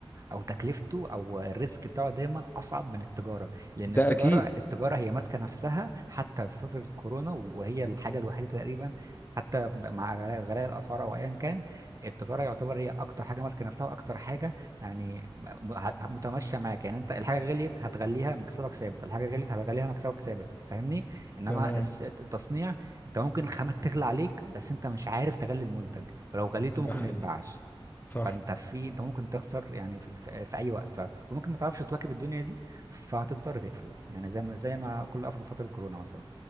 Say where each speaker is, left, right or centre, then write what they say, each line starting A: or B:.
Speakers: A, on the right; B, on the left.
A: او تكلفته او الريسك بتاعه دايما اصعب من التجارة لان
B: ده
A: التجارة
B: اكيد
A: التجارة هي ماسكة نفسها حتى في فترة كورونا وهي الحاجة الوحيدة تقريبا حتى مع غلاء غلاء الاسعار او ايا كان التجارة يعتبر هي اكتر حاجة ماسكة نفسها واكتر حاجة يعني م- ه- متمشية معاك يعني انت الحاجة غليت هتغليها مكسبك ثابت الحاجة غليت هتغليها مكسبك ثابت فاهمني انما
B: تمام
A: الس- التصنيع انت ممكن الخامة تغلى عليك بس انت مش عارف تغلي المنتج ولو غليته
B: ده
A: ممكن
B: حقيقي
A: ما يتباعش
B: صح
A: فانت في انت ممكن تخسر يعني في, في في اي وقت ف... وممكن ما تعرفش تواكب الدنيا دي فهتضطر تقفل يعني زي ما زي ما كله قفل في فترة كورونا مثلا